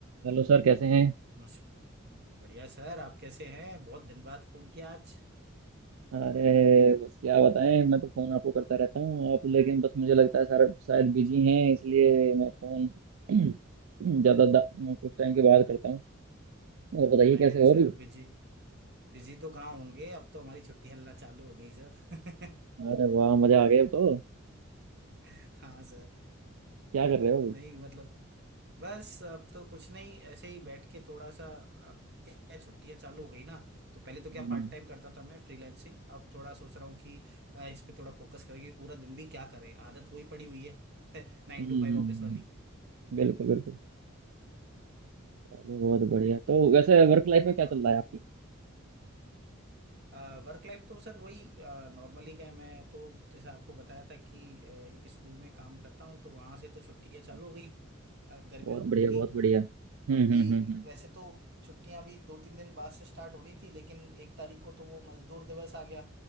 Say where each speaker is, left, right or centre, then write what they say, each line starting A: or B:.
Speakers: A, on the right; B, on the right.
A: Hello sir कैसे हैं
B: नमस्कार बढ़िया सर आप कैसे हैं बहुत दिन बाद फोन किया आज
A: अरे बस क्या बताएं मैं तो फ़ोन आपको करता रहता हूँ आप लेकिन बस मुझे लगता है सर शायद बिजी हैं इसलिए मैं फ़ोन <clears throat> ज़्यादा दा- कुछ टाइम के बाद करता हूँ और बताइए
B: नहीं
A: कैसे
B: नहीं
A: हो
B: सर
A: अभी
B: बिजी बिजी तो कहाँ होंगे अब तो हमारी छुट्टी हल्ला चालू हो गई सर
A: अरे वाह मज़ा आ गया अब तो
B: <laughs> हाँ सर
A: क्या कर रहे हो अभी
B: नहीं मतलब बस अब तो कुछ नहीं ऐसे ही बैठ के थोड़ा सा अब क्या छुट्टियां चालू हो गई ना तो पहले तो क्या
A: हम्म
B: पार्ट
A: हम्म
B: टाइम करता था मैं फ्रीलांसिंग अब थोड़ा सोच रहा हूँ कि अ, इस पे थोड़ा फोकस करेंगे पूरा दिन भी क्या करें आदत वही पड़ी हुई है <laughs> नाइन
A: हम्म,
B: टू फाइव
A: हम्म,
B: ऑफिस वाली
A: बिल्कुल बिल्कुल अरे बहुत बढ़िया तो वैसे वर्क लाइफ में क्या
B: और
A: चल रहा है आपकी
B: वर्क लाइफ तो सर वही नॉर्मली क्या है, मैं तो जैसे आपको बताया था कि अ, एक स्कूल में काम करता हूँ तो वहां से तो छुट्टियां चालू
A: अच्छा
B: हो गई अ, गर्मियों
A: बहुत बढ़िया
B: की
A: बहुत बढ़िया हम्म
B: अभी
A: हम्म हम्म हम्म।
B: वैसे तो छुट्टियां भी दो तीन दिन बाद से स्टार्ट होनी थी लेकिन एक तारीख को तो वो मजदूर दिवस आ गया